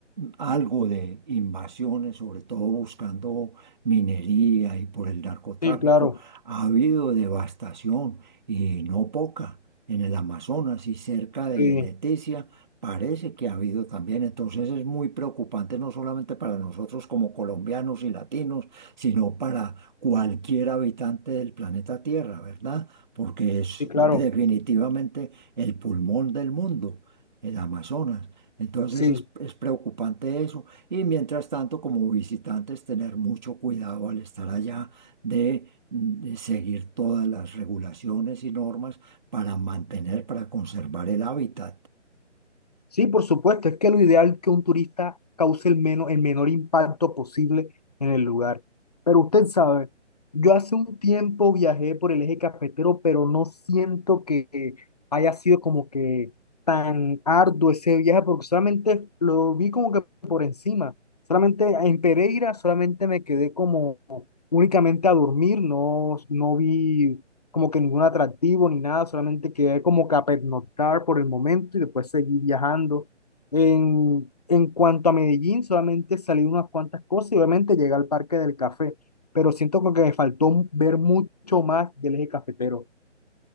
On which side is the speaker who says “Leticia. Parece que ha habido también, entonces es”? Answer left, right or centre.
Right